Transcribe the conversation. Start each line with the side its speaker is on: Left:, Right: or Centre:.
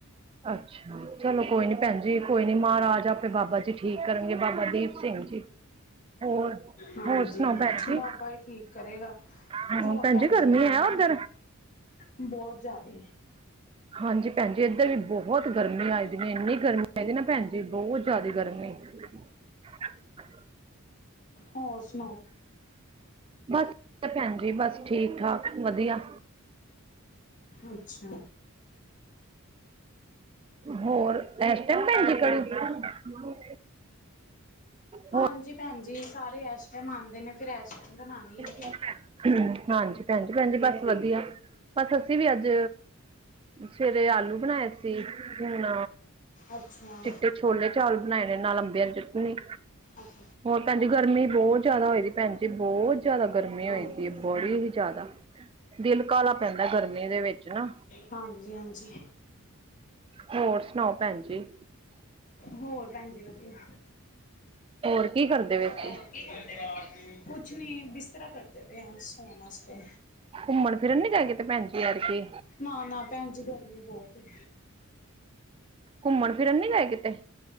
Right: ਅੱਛਾ ਚਲੋ ਕੋਈ ਨੀ ਭੈਣ ਜੀ ਕੋਈ ਨੀ ਮਹਾਰਾਜ ਆਪੇ ਬਾਬਾ ਜੀ ਠੀਕ ਕਰਨਗੇ ਬਾਬਾ ਦੀਪ ਸਿੰਘ ਜੀ। ਹੋਰ
Left: ਹਾਂਜੀ
Right: ਹੋਰ ਸੁਣਾਓ ਭੈਣ ਜੀ
Left: ਬਾਬਾ ਹੀ ਠੀਕ ਕਰੇਗਾ।
Right: ਹਾਂ
Left: ਹੋਰ ਭੈਣ
Right: ਗਰਮੀ
Left: ਜੀ ਵਧੀਆ
Right: ਹੈ ਉਧਰ
Left: ਬਹੁਤ ਜ਼ਿਆਦਾ,
Right: ਹਾਂਜੀ ਭੈਣ ਜੀ ਇੱਧਰ ਵੀ ਬਹੁਤ ਗਰਮੀ ਏ। ਇੰਨੀ ਗਰਮੀ ਹੈਗੀ ਨਾ ਭੈਣ ਜੀ ਬਹੁਤ ਜ਼ਿਆਦਾ ਗਰਮੀ। ਹਾਂ <inaudible>
Left: ਹੋਰ ਸੁ
Right: ਬਸ ਭੈਣ ਜੀ ਬਸ ਠੀਕ ਠਾਕ ਵਧੀਆ।
Left: ਅੱਛਾ
Right: ਹੋਰ ਐਸ ਟਾਈਮ ਭੈਣ ਜੀ ਕੜੀ।
Left: ਹਾਂਜੀ
Right: ਹੋ
Left: ਭੈਣ ਜੀ ਸਾਰੇ ਐਸਟੈਮ ਆਉਂਦੇ ਨੇ ਫਿਰ ਐਸ ਟੈਮ ਬਣਾਉਣੀ ਆ।
Right: ਨੇ ਹਾਂਜੀ ਭੈਣ ਜੀ ਭੈਣ ਜੀ ਬਸ ਵਧੀਆ ਬਸ ਅਸੀਂ ਵੀ ਅੱਜ ਸਵੇਰੇ ਆਲੂ ਬਣਾਏ ਸੀ ਹੁਣ
Left: ਅੱਛਾ
Right: ਚਿੱਟੇ ਛੋਲੇ ਚਾਵਲ ਬਣਾਏ ਨੇ ਨਾਲ ਅੰਬੀਆਂ ਦੀ ਚਟਨੀ।
Left: ਅੱਛ
Right: ਹੋਰ ਭੈਣ ਜੀ ਗਰਮੀ ਬਹੁਤ ਜ਼ਿਆਦਾ ਹੋਏ ਦੀ ਭੈਣ ਜੀ, ਬਹੁਤ ਜ਼ਿਆਦਾ ਗਰਮੀ
Left: ਹਾਂਜੀ
Right: ਹੋਈ ਦੀ ਹੈ ਬੜੀ ਹੀ ਜ਼ਿਆਦਾ। ਦਿਲ ਕਾਹਲਾ ਪੈਂਦਾ ਗਰਮੀ ਦੇ ਵਿੱਚ ਨਾ।
Left: ਹਾਂਜੀ ਹਾਂਜੀ
Right: ਹੋਰ ਸੁਣਾਓ ਭੈਣ ਜੀ।
Left: ਹੋਰ ਭੈਣ ਜੀ ਵਧੀਆ।
Right: ਹੋਰ ਕੀ ਕਰਦੇ ਪਏ
Left: ਹੋਰ
Right: ਸੀ
Left: ਕੀ ਕਰਦੇ ਪਏ ਕੁਛ ਨੀ ਬਿਸਤਰਾ ਕਰਦੇ ਪਏ ਹਾਂ ਸੌਣ ਵਾਸਤੇ।
Right: ਘੁੰਮਣ ਫਿਰਨ ਨੀ ਗਏ ਕਿਤੇ ਭੈਣ ਜੀ ਐਤਕੀ
Left: ਨਾ ਨਾ ਭੈਣ ਜੀ ਗਰਮੀ ਬਹੁਤ ਏ।
Right: ਘੁੰਮਣ ਫਿਰਨ ਨੀ ਗਏ ਕਿਤੇ?